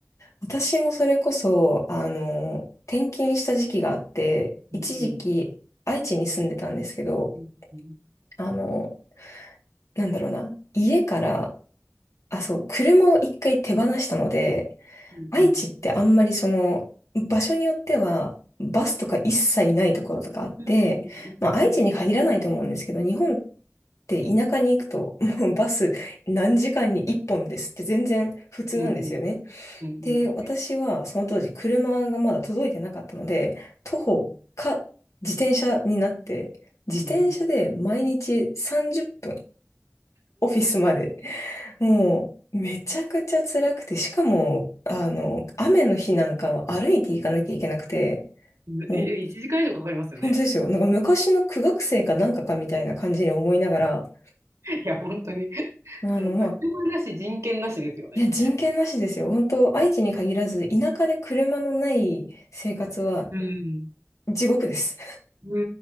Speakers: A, on the left; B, on the right.
A: 私もそれこそ、あの、転勤した時期があって、
B: う。
A: 一時期愛知に住んでたんですけど、
B: うんうんうん
A: あの、なんだろうな。家から、あ、そう、車を一回手放したので、
B: うんうん
A: 愛知ってあんまりその、場所によっては、バスとか一切ないところとかあって、
B: うんうんうんうん
A: まあ愛知に限らないと思うんですけど、日本って田舎に行くと、<laughs> もうバス何時間に1本ですって全然普通なんですよね。
B: うんうんうんうん
A: で、私はその当時車がまだ届いてなかったので、徒歩か自転車になって、
B: うん
A: 自転車で毎日30分
B: さん30
A: オフィスまでもう、めちゃくちゃ辛くて、しかも、あの、雨の日なんかは歩いて行かなきゃいけなくて、
B: 分、
A: もう、
B: え、1時間以上かかりますよね。
A: 本当ですよ。なんか昔の苦学生かなんかかみたいな感じに思いながら、
B: いや、本当に。
A: あの、
B: もう車なし、
A: まあ、
B: 人権なしですよね。
A: いや、人権なしですよ。本当、愛知に限らず、田舎で車のない生活は
B: うん。
A: 地獄です。
B: う